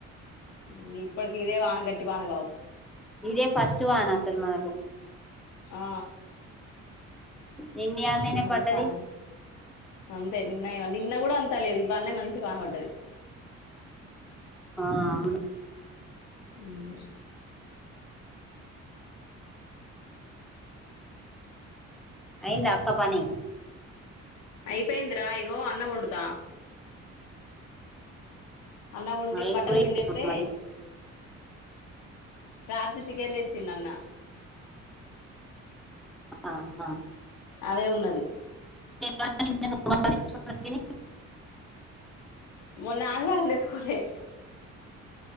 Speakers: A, on the left (about 80°); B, in the centre.
A: ఇంగ ఇప్పటికి ఇదే వాన గట్టి వాన కావచ్చు
B: ఇదే ఫస్ట్ వాన అసల్ మనకు
A: ఆ
B: నిన్నియాలనే
A: మళ్ళ
B: పడ్డది
A: సాయం అంతే నిన్న ఇవల్ నిన్న గూడా అంత లేదు ఇవ్వాలనే మంచి వాన వడ్డది
B: ఆ అవును
A: మ్మ్
B: అయిందా అక్క పని
A: అయిపోయిందిరా ఇగో అన్నం వొండుతా అన్నం వండి
B: ఏమ్
A: బట్టలు
B: కూర
A: పిండేత్తే
B: చేసినవ్ మరి
A: రాత్రి చికెన్ తెచ్చిండు అన్న
B: ఆహా
A: అదే ఉన్నది
B: <inaudible>
A: మొన్నాదివారం తెచ్చుకోలే